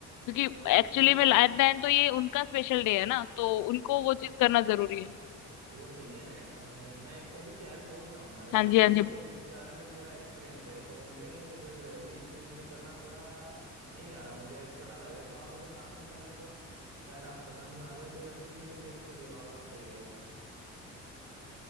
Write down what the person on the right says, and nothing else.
तो उसके
लिए
वो सही है अ, मैं एक थोड़ी सी हेल्प और चाहूंगा यार
तुमको
इस बारे में पूरा एक्सपीरियंस है तो मुझे उनका जल्दी चूज करना थोड़ा नहीं आ रहा मुझे अटपटा लगे तो आप अगर साथ में चलें तो शायद आप पसंद आ जाए कुछ अच्छी चीजें देख के दिलवाला तो सही रहेगा